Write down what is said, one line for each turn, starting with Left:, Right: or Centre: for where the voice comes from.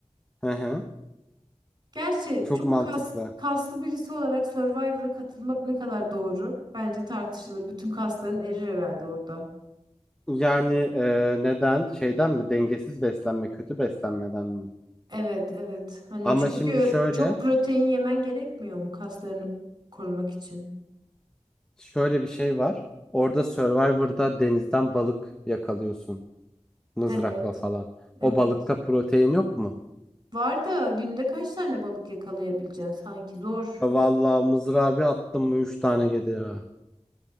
Centre: hı hı.
Right: Gerçi
Centre: Çok
Right: çok
Centre: mantıklı.
Right: kas, kaslı birisi olarak Survivor'a katılmak ne kadar doğru? Bence tartışılır. Bütün kasların erir herhalde orada.
Centre: Yani e, neden şeyden mi dengesiz beslenme kötü beslenmeden mi?
Right: Evet, evet. Hani
Centre: Ama
Right: çünkü
Centre: şimdi şöyle
Right: çok protein yemen gerekmiyor mu kaslarını korumak için?
Centre: şöyle bir şey var. Orada Survivor'da denizden balık yakalıyorsun mızrakla
Right: Evet,
Centre: falan.
Right: evet.
Centre: O balıkta protein yok mu?
Right: Var da günde kaç tane balık yakalayabileceksin sanki? Zor.
Centre: E, Vallahi mızrağı bir attım mı 3 tane geliyor. ya.